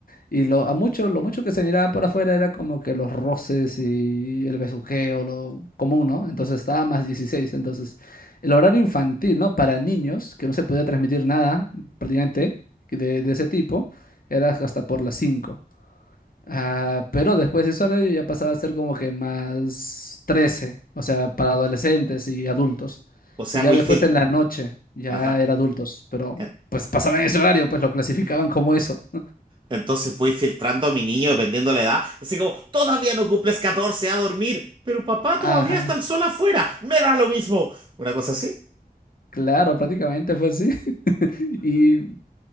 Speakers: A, on the left; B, on the right.
A: Y lo, a mucho, lo mucho que se miraba por afuera era como que los roces y el besuqueo, lo común, ¿no? Entonces estaba más 16. Entonces, el horario infantil, ¿no? Para niños, que no se podía transmitir nada prácticamente de, de ese tipo, era hasta por las cinco Ah, pero después de ese horario ya pasaba a ser como que más 13, o sea, para adolescentes y adultos.
B: o sea,
A: Y ya
B: muy
A: después
B: fil...
A: en la noche ya
B: Ajá.
A: era adultos, pero
B: eh,
A: pues pasaba en ese horario, pues lo clasificaban como eso. <laughs>
B: Entonces voy filtrando a mi niño dependiendo la edad. Así como, todavía no cumples 14 a dormir, pero papá
A: Ajá,
B: todavía está el sol afuera. Me da lo mismo. Una cosa así.
A: claro, prácticamente fue así. <laughs> Y,